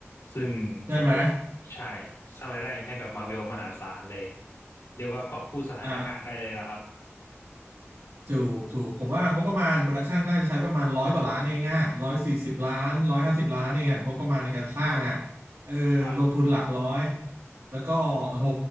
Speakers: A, on the left; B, on the right.
A: ซึ่งโอ้โห
B: ใช่ไหม
A: ใช่สร้างรายได้ให้กับมาเวลมหาศาลเลยเรียกว่ากอบกู้สถานการณ์ได้เลยละครับ
B: อ่าถูก ถูก ผมว่างบประมาณโปรดักชันน่าจะใช้ประมาณร้อยกว่าล้านเองอ่ะร้อยสี่สิบล้านร้อยห้าสิบล้านเองอ่ะงบประมาณในการสร้างอ่ะเออลงทุนหลักร้อย
A: ครับ
B: แล้วก็โอ้โห